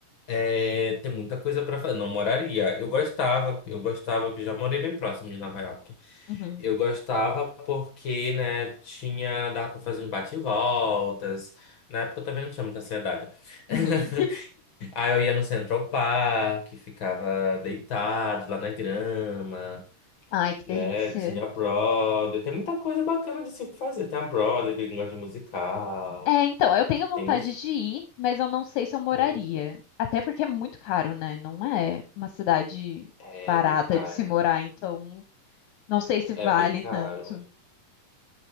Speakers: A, on the left; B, on the left.
A: é, tem muita coisa pra fazer. Não moraria. Eu gostava, eu gostava, que já morei bem próximo de Nova York.
B: Uhum,
A: Eu gostava porque, né, tinha, dava pra fazer uns bate-voltas. Na época eu também não tinha muita ansiedade. <laughs>
B: uhum.
A: Aí eu ia no Central Park, ficava deitado lá na grama,
B: Ai, que
A: né?
B: delícia.
A: Tinha a Broadway, tem muita coisa bacana de se fazer. Tem a Broadway, que gosta de musical,
B: É, então, eu tenho vontade
A: tem mus...
B: de ir, mas eu não sei se eu moraria.
A: Uhum.
B: Até porque é muito caro, né? Não é uma cidade
A: É
B: barata
A: bem caro,
B: de se morar, então não sei se vale
A: é bem caro,
B: tanto.